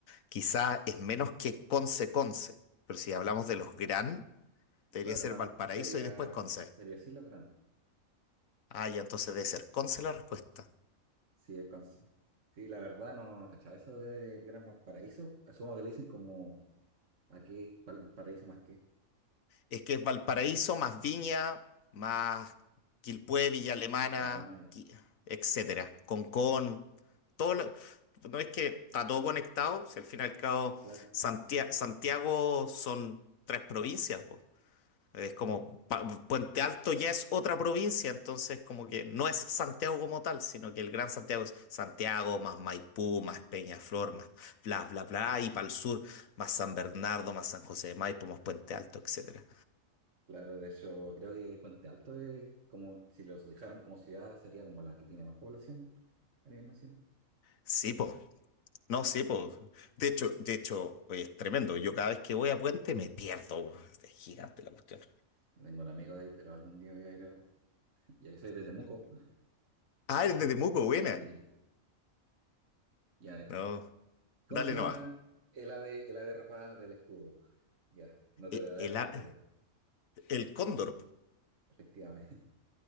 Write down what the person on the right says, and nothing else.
Claro,
no,
sería,
sería así los Gran.
Sí, es Conce- sí, la verdad no, no eso del Gran Valparaíso. Asumo que le dicen como aquí, pal- paraíso más que.
Ah, ya,
claro,
claro. De hecho, creo que Puente Alto es como, si los dejaron como ciudad, sería como la que tiene más población a nivel nacional.
Yo tengo un amigo de ahí, pero algún día voy a ir a... <laughs> Y ahí soy de Temuco.
Sí, ya
¿Cómo
se llama
el ave, el ave rapada del escudo? Ya, no te voy
a dar alternativa,
efectivamente.